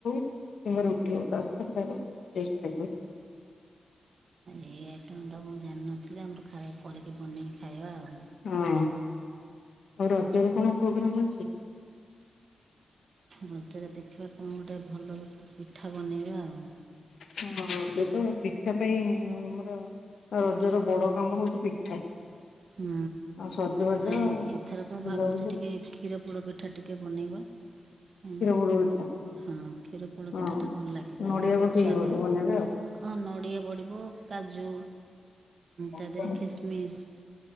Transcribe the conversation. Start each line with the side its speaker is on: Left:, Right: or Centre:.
Left: କିମ୍ବା ରୁଟି ହୋଉ ତା ସହିତ ଖାଇବ ଟେଷ୍ଟ ଲାଗିବ ସେଟା।
Right: ଏଇ ଆଇଟମ୍ଟା ମୁଁ ଜାନଥିଲି ଆମର ଖାଇ କରିକି ବନେଇକି ଖାଇବା ଆଉ।
Left: ହଁ ଆଉ ରଜରେ କଣ ପ୍ରୋଗ୍ରାମ ଅଛି?
Right: ନଚେତ୍ ଦେଖିବା କଣ ଗୋଟେ ଭଲ ର ପିଠା ବନେଇବା ଆଉ।
Left: ହଁ ଏବେ ତ ପିଠା ପାଇଁ ଆମର ରଜର ବଡ କାମ ହଉଛି ପିଠା।
Right: ହୁଁ
Left: ଆଉ ସଜବାଜ
Right: ନାଇଁ
Left: ଆଉ।
Right: ଏଥର କଣ
Left: ବୁଲାବୁଲି
Right: ଭାବୁଛି ଟିକେ କ୍ଷୀର ପୋଡ ପିଠା ଟିକେ କେ ବନେଇବା। ହେଲା
Left: କ୍ଷୀର ପୋଡ ପିଠା।
Right: ହଁ କ୍ଷୀର ପୋଡ
Left: ହଁ
Right: ପିଠା ଟା ଭଲ ଲାଗେ ବହୁତ
Left: ନଡିଆ ପକେଇକି
Right: ସ୍ୱାଦ
Left: ବୋଧେ
Right: ହ
Left: ବନେଇବେ
Right: ହଁ ନଡ଼ିଆ ପଡ଼ିବ କାଜୁ ତା
Left: ଆଉ।
Right: ଦେହରେ ଖିସମିସ୍